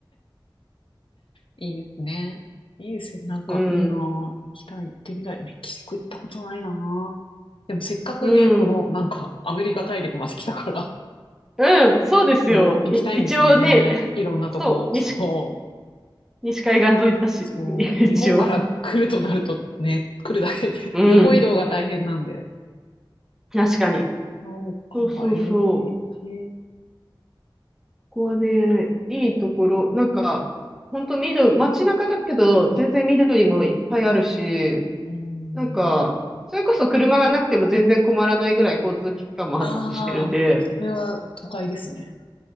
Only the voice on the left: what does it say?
いいですね。いいですね。なんかいいなぁ。
行きたい、行ってみたい。メキシコ行ったことないなぁ。でもせっかくね、
この、なんか、アメリカ大陸まで来たから、
そう、
行きたいんですよね。いろんなとこ。
そう、
そう、
日本から来るとなるとね、来るだけで <laughs>、
横移動が大変なんで。
そうか、
ええー。
うん。
ああ、それは都会ですね。